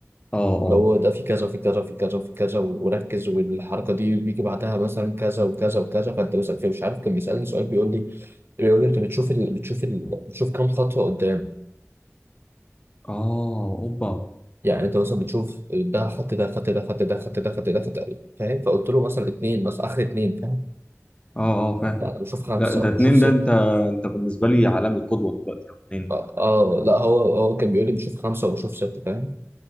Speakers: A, on the left; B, on the right.
A: اه اه
B: اللي هو ده في كذا وفي كذا وفي كذا وفي كذا و- وركز والحركه دي بيجي بعدها مثلا كذا وكذا وكذا فانت مثلا فيه مش عارف كان بيسالني سؤال بيقول لي بيقول لي انت بتشوف ال... بتشوف ال... بتشوف كام خطوه قدام
A: اه اوبا اه
B: يعني انت مثلا بتشوف ده خط ده خط ده خط ده خط ده خط ده خط ده فاهم فقلت له مثلا اتنين مثلا اخر اتنين فاهم
A: اه فاهم
B: يعني بشوف خمسه
A: لا ده
B: وبشوف
A: اتنين
B: سته
A: ده انت انت بالنسبه لي عالمي قدوه دلوقتي اتنين
B: اه آه، لا هو هو كان بيقول لي بشوف خمسه وبشوف سته فاهم